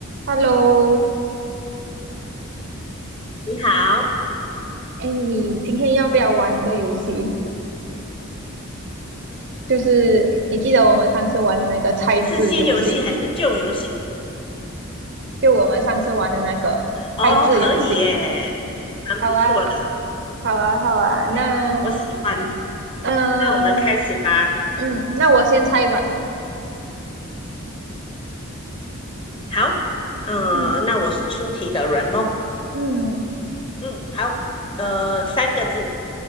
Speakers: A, on the right (about 60°); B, on the left (about 25°).
A: Hello，
B: 你好，
A: 哎，你今天要不要玩一个游戏？就是你记得我们上次玩的那个猜字游戏，
B: 是新游戏还是旧游戏？
A: 就我们上次玩的那个猜字游戏。
B: 哦，可以耶，还蛮不错的，
A: 好啊，好啊，好啊。
B: 对，
A: 那，
B: 我喜欢。嗯，
A: 嗯，
B: 那我们开始吧。
A: 嗯，那我先猜吧。
B: 好，呃，
A: 嗯
B: 那我是出题的人咯。
A: 嗯，
B: 嗯，好，呃，三个字，